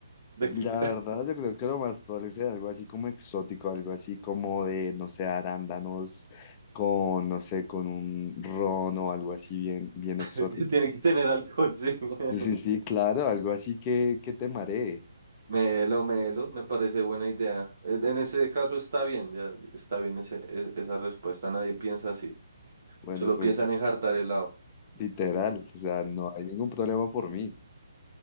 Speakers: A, on the right; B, on the left.
A: De que,
B: La verdad, yo creo que lo más probable es algo así como exótico, algo así como de, no sé, arándanos con, no sé, con un ron o algo así bien, bien
A: <laughs>
B: exótico.
A: que tiene
B: <laughs>
A: que tener alcohol, sí. <laughs>
B: Sí, sí, sí, claro, algo así que, que te maree.
A: Melo, melo, me parece buena idea. En en ese caso está bien, ya está bien ese, e- esa respuesta. Nadie piensa así.
B: Bueno,
A: Solo
B: pues
A: piensan en jartar helado.
B: literal, o sea, no hay ningún problema por mí.